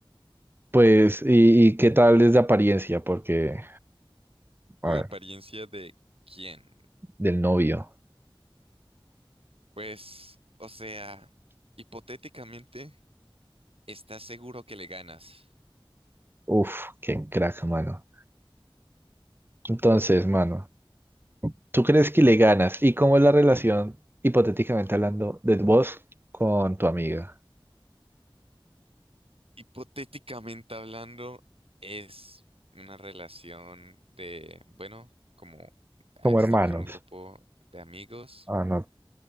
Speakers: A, on the right; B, on the right.
A: Pues, ¿y, y qué tal es de apariencia? Porque,
B: ¿La
A: a ver,
B: apariencia de quién?
A: del novio.
B: Pues, o sea, hipotéticamente, estás seguro que le ganas.
A: Uf, qué crack, mano. Entonces, mano. ¿Tú crees que le ganas? ¿Y cómo es la relación, hipotéticamente hablando, de vos con tu amiga?
B: Hipotéticamente hablando, es una relación de, bueno, como ah,
A: Como
B: estamos
A: hermanos.
B: en un grupo de amigos,
A: Ah, no,